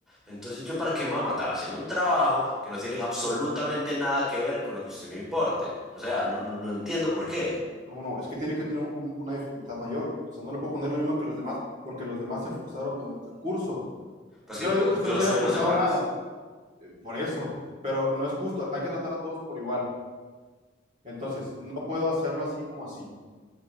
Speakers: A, in the centre; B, on the right (about 40°).
A: Entonces yo para qué me va a matar haciendo un trabajo que no tiene absolutamente nada que ver con lo que usted me importe. O sea, no, no, no entiendo por qué.
B: No, no, es que tiene que tener un- una dificultad mayor. O sea, no le puedo poner lo mismo que los demás porque los demás se esforzaron durante el curso.
A: Pues
B: Yo
A: que lo-
B: no digo que usted
A: yo
B: no
A: no
B: se
A: soy
B: haya forzado
A: los demás.
B: nada, eh, por eso, pero no es justo. Hay que tratar a todos por igual. Entonces, no puedo hacerlo así como así.